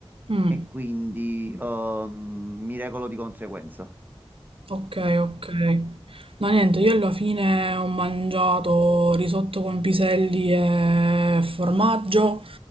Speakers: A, on the right (about 60°); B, on the right (about 20°).
A: mm.
B: e quindi ehm, mi regolo di conseguenza.
A: Ok, ok. No, niente, io alla fine ho mangiato risotto con piselli e formaggio.